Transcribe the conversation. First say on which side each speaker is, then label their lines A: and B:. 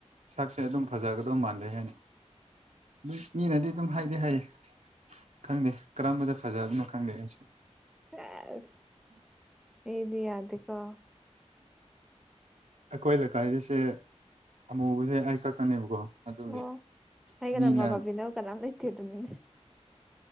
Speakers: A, on the right; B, in the centre.
A: ꯁꯛꯁꯦ ꯑꯗꯨꯝ ꯐꯖꯒꯗꯧ ꯃꯥꯟꯗꯩ ꯍꯥꯏꯅ ꯑꯗꯨꯝ ꯃꯤꯅꯗꯤ ꯑꯗꯨꯝ ꯍꯥꯏꯗꯤ ꯍꯥꯏꯌꯦ ꯈꯪꯗꯦ ꯀꯔꯝꯕꯗ ꯐꯖꯕꯅꯣ ꯈꯪꯗꯦ ꯑꯩꯁꯨ
B: ꯆꯁ ꯌꯦꯗꯤ ꯌꯥꯗꯀ
A: ꯑꯩꯈꯣꯏ ꯂꯩꯀꯥꯏꯒꯤꯁꯦ ꯑꯃꯨꯕꯁꯦ ꯑꯩ ꯀꯛꯀꯅꯦꯕꯀꯣ ꯑꯗꯨꯗꯒ
B: ꯑꯣ ꯑꯩꯒ
A: ꯃꯤꯅ
B: ꯂꯝꯕꯥ ꯄꯥꯕꯤꯅꯕ ꯀꯅꯥꯝ ꯂꯩꯇꯦ ꯑꯗꯨꯅꯤꯅꯦ